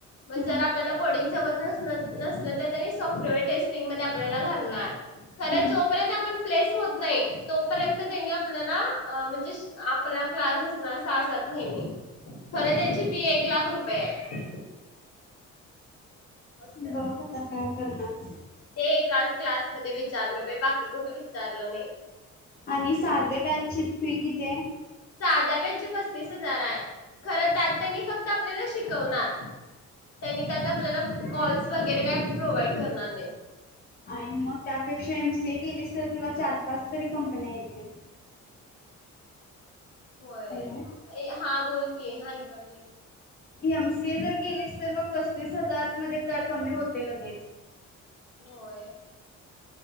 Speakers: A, on the left; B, on the left.
A: मग
B: हम्म,
A: जर आपल्याला कोडिंग जमत नस नसलं तर तेनी आपल्याला सॉफ्टवेअर टेस्टिंग मध्ये घालणार खर
B: हम्म,
A: जो पर्यंत आपण प्लेस होत नाही तोपर्यंत त्यांनी आपल्याला म्हणजे अ आपला क्लास असणार सहा सात महिने खर त्यांची फी एक लाख रुपये आहे. असं
B: मी बघू आता काय करणारस
A: ते एकाच क्लासमध्ये विचारल बाई बाकी कुठ विचारल नाही
B: आणि साध्या बॅचची फी किती आहे?
A: साध्या बॅचची पस्तीस हजार आहे. खर त्यात त्यांनी फक्त आपल्याला शिकवणार त्यांनी त्यात आपल्याला कॉल्स वगैरे काही प्रोव्हाइड करणार नाहीत.
B: आणि मग त्यापेक्षा एम सी ए केलीस तर तुला चार-पाच तरी कंपन्या येतील
A: होय
B: हॅलो
A: ए हा बोल <unintelligible>
B: एम सी ए जर केलेच तर म पस्तीस हजार मध्ये काय कमी होते लगेच.
A: होय.